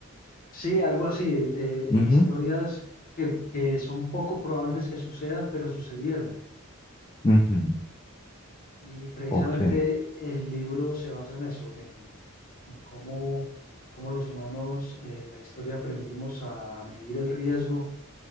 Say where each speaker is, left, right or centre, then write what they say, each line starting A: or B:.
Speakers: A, on the left (about 40°); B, on the left (about 20°).
A: Sí, algo así, eh,
B: Ujú,
A: historias que, que son poco probables que sucedan, pero sucedieron.
B: ujú,
A: Y precisamente
B: Ok,
A: el libro se basa en eso, en, en cómo, cómo los humanos eh, en la historia aprendimos a medir el riesgo